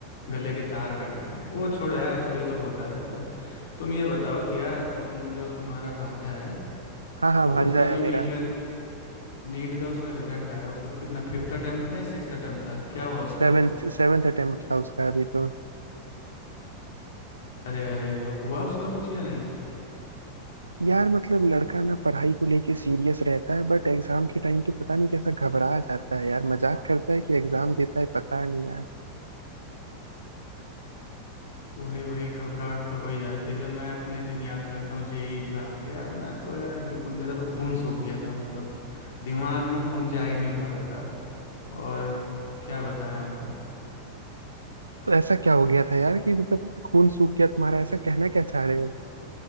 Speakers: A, on the left (about 55°); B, on the right (about 75°).
A: गले के तार बैठ गए हैं वो छोड़ो यार चलो ये तो होता रहता है तुम ये बताओ कि यार तुम जो तुम्हारा भांजा है
B: हाँ हाँ
A: तो
B: भांजा
A: उसका
B: है
A: भी नीट
B: मेरा
A: का नीट का उसका रिजल्ट आया उसका कितना फिफ्थ अटेम्प्ट था या सिक्स्थ अटेम्प्ट था क्या हुआ उसका?
B: सेवेंथ सेवेंथ अटेम्प्ट था उसका अभी तो
A: अरे अरे तो हुआ उसका कुछ या नहीं
B: यार मतलब लड़का ना पढ़ाई को लेके सीरियस रहता है बट एग्जाम के टाइम पे पता नहीं कैसा घबरा जाता है यार मजाक करता है कि एग्जाम देता है पता नहीं यार
A: वही वही घबराहट तो हो ही जाती है जब मैं अपने दिन याद करता हूँ जेई एग्जाम के यार मैं तो यार बिल्कुल मेरा तो खून सूख गया था मतलब दिमाग में खून जा ही नहीं पा रहा था और क्या बताएं आपको
B: तो ऐसा क्या हो गया था यार कि मतलब खून सूख गया तुम्हारा ऐसा कहना क्या चाह रहे हो